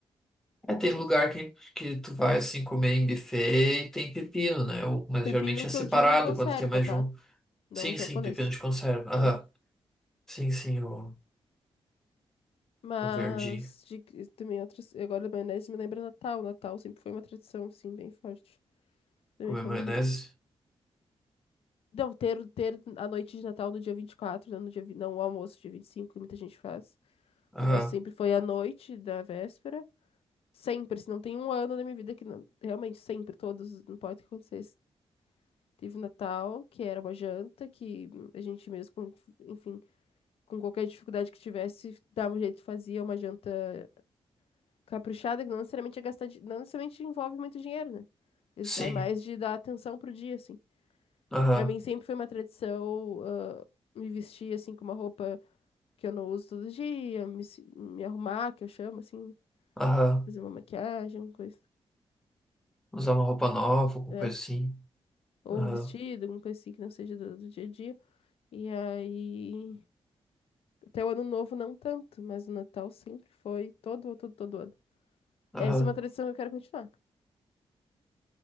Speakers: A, in the centre; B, on the left.
A: É, tem lugar
B: Mas
A: que, que tu vai assim comer em buffet e tem pepino, né? Ou- mas
B: Pepino
A: geralmente é
B: que
A: separado
B: eu digo em conserva,
A: quando tem mais
B: tá?
A: de um.
B: Não
A: Sim,
B: japonês.
A: sim, pepino de conserva. Aham.
B: né?
A: Sim, sim, o,
B: Mas
A: o verde
B: de, também outras. Agora a maionese me lembra Natal. Natal sempre foi uma tradição, assim, bem forte da
A: comer
B: minha família.
A: maionese.
B: Não, ter, ter a noite de Natal no dia 24, né, no dia, vi- não o almoço dia 25 que muita gente faz.
A: Aham.
B: O Nosso sempre foi a noite da véspera. Sempre, se não tem um ano da minha vida que não, realmente sempre, todos, não importa o que acontecesse. Teve o Natal, que era uma janta, que a gente mesmo, com- enfim, com qualquer dificuldade que tivesse, dava um jeito, fazia uma janta Caprichada, que não necessariamente é gastar, di- não necessariamente envolve muito dinheiro, né? Isso
A: Sim.
B: vai mais de dar atenção pro dia, assim.
A: Aham.
B: Pra mim sempre foi uma tradição ah, me vestir, assim, com uma roupa que eu não uso todo dia, me, se- me arrumar, que eu chamo, assim, né?
A: Aham.
B: Fazer uma maquiagem, alguma coisa,
A: Usar uma roupa nova, alguma
B: né?
A: coisa assim.
B: Ou
A: Aham.
B: um vestido, alguma coisa assim que não seja do, do dia a dia. E aí, até o ano novo não tanto, mas o Natal sempre foi todo, todo, todo ano.
A: Aham.
B: Essa é uma tradição que eu quero continuar.